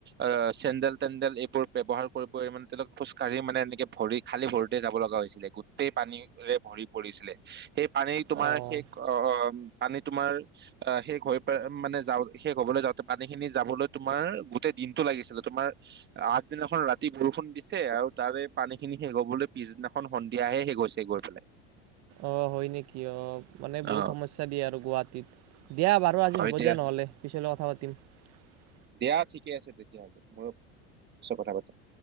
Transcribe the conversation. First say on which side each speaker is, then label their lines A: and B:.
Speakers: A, on the right; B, on the right.
A: আহ চেণ্ডেল তেণ্ডেল এইবোৰ ব্যৱহাৰ কৰিব মানে তেওঁলোক খোজ কাঢ়ি মানে এনেকে ভৰি খালী ভৰিতে যাব লগা হৈছিলে গোটেই পানীৰে ভৰি পৰিছিলে। সেই পানী তোমাৰ
B: অঁ
A: সেই পানী তোমাৰ আ শেষ হৈ পেল মানে যা শেষ হবলৈ যাওঁতে পানী খিনি যাবলৈ তোমাৰ গোটেই দিনটো লাগিছিলে তোমাৰ আগদিনাখন ৰাতি বৰষুণ দিছে আৰু তাৰে পানী খিনি শেষ হবলৈ পিছদিনাখন সন্ধিয়াহে শেষ হৈছে গৈ পেলাই।
B: অঁ হয় নেকি অঁ মানে বহুত
A: অ
B: সমস্যা দিয়ে আৰু গুৱাহাটীত। দিয়া বাৰু আজি
A: হয়
B: হ'ব
A: দিয়া
B: দা নহলে পিছলৈ কথা পাতিম। <inaudible>
A: দিয়া ঠিকে আছে তেতিয়াহলে মৰু পিছত কথা পাতিম।